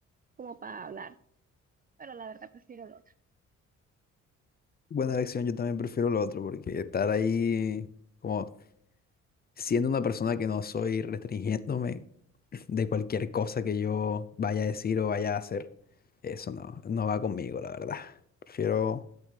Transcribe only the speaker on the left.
Buena elección, yo también prefiero lo otro, porque estar ahí como siendo una persona que no soy, restringiéndome <clears throat> de cualquier cosa que yo vaya a decir o vaya a hacer, eso no, no va conmigo, la verdad. Prefiero